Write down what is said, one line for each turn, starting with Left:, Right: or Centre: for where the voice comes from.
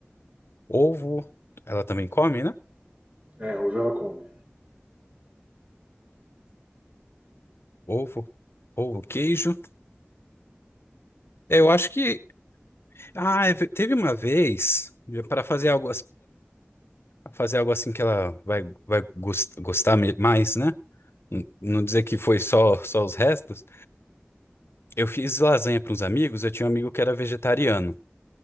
Left: ovo, ela também come, né?
Right: É, hoje ela come.
Left: Ovo, ovo, queijo. É, Eu acho que ah, é ve- teve uma vez para fazer algo fazer algo assim que ela vai, vai gos- gostar me- mais, né? N- Não dizer que foi só, só os restos. Eu fiz lasanha para uns amigos, eu tinha um amigo que era vegetariano.